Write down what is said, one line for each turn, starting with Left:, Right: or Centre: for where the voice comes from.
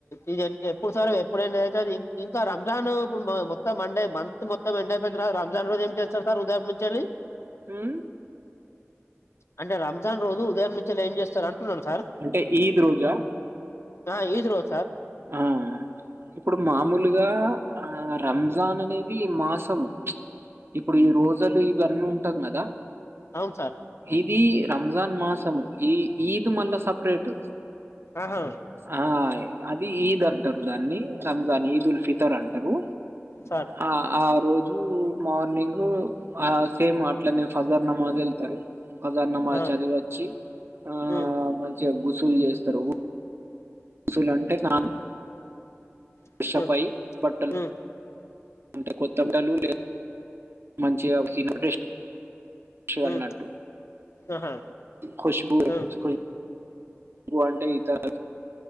Left: ఇది ఎప్పుడు సార్ ఎప్పుడు ఎండ్ అయితది ఇంకా రంజాను ఇప్పుడు మొ మొత్తం మండే మంత్ మొత్తం ఎండ్ అయిపోయిన తర్వా రంజాన్ రోజు ఏం చేస్తరు సార్ ఉదయము నుంచలి.
Right: మ్మ్
Left: అంటే రంజాన్ రోజు ఉదయం నుంచలి ఏం చేస్తర్ అంటున్నర్ సార్
Right: అంటే ఈద్ రోజా
Left: ఆ ఈద్ రోజ్ సార్
Right: ఆ ఇప్పుడు మామూలుగా ఆ రంజాన్ అనేది మాసము ఇప్పుడు ఈ రోజలు ఇవన్నీ ఉంటం కదా
Left: అవును సార్
Right: ఇది రంజాన్ మాసము ఈ ఈద్ మళ్ళా సపరేట్
Left: ఆహ
Right: ఆ అది ఈద్ అంటరు దాన్ని రంజాన్ ఈద్ ఉల్ ఫిదర్ అంటరు.
Left: సార్
Right: ఆ ఆ రోజ్ మార్నింగ్ ఆ సేమ్ అట్లనే ఫజర్ నమాజ్ ఎళ్తరు. హజార్ నమాజ్
Left: ఆ
Right: చదివి వచ్చి ఆ
Left: ఉమ్
Right: మంచిగ గుసుల్ చేస్తరు గుసులు అంటే నాన్ ఫెషపై
Left: ఉమ్
Right: బట్టల్
Left: ఉమ్
Right: అంత కొత్త లే మంచి ఇటేషి ష్
Left: ఉమ్
Right: అన్నట్టు
Left: ఆహా
Right: కోషు ఎ
Left: ఉమ్
Right: స్కు ష్ అంటే ఇతర